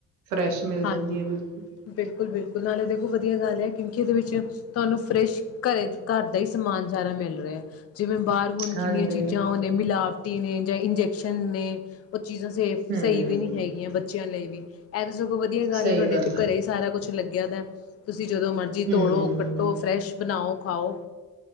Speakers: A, on the right; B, on the left.
A: ਫਰੈਸ਼ ਮਿਲ
B: ਹਾਂਜੀ,
A: ਜਾਂਦੀ ਹੈ ਬਿਲਕੁਲ
B: ਬਿਲਕੁਲ-ਬਿਲਕੁਲ ਨਾਲੇ ਦੇਖੋ ਵਧੀਆ ਗੱਲ ਐ ਕਿਉਂਕਿ ਇਦੇ ਵਿੱਚ- ਤੁਆਨੂੰ ਫਰੈਸ਼ ਘਰੇ ਘਰ ਦਾ ਈ ਸਮਾਨ ਸਾਰਾ ਮਿਲ ਰਿਐ। ਜਿਵੇਂ ਬਾਰ ਹੁਨ
A: ਹਾਂਜੀ
B: ਕਿੰਨੀਆਂ ਚੀਜਾਂ ਔ ਨੇ ਮਿਲਾਵਟੀ ਨੇ- ਜਾਂ ਇੰਜੈਕਸ਼ਨ ਨੇ ਉ ਚੀਜ਼ਾਂ ਸੇਫ਼-ਸਈ
A: ਹਮ
B: ਵੀ ਨੀਂ ਹੈਗੀਆਂ ਬੱਚਿਆਂ ਲਈ ਵੀ। ਇਜ਼ <unintelligible> ਸਗੋਂ ਵਧੀਆ ਗੱਲ
A: ਸਹੀ
B: ਐ ਤੁਹਾਡੇ ਇੱਥੇ ਘਰੇ
A: ਆ
B: ਈ ਸਾਰਾ ਕੁਛ ਲੱਗ- <unintelligible> ਦਾ ਤੁਸੀਂ ਤੁਸੀਂ ਜਦੋਂ ਮਰਜ਼ੀ
A: ਹਮ
B: ਤੋੜੋ, ਕੱਟੋ, ਫਰੈਸ਼ ਬਨਾਓ। ਖਾਓ।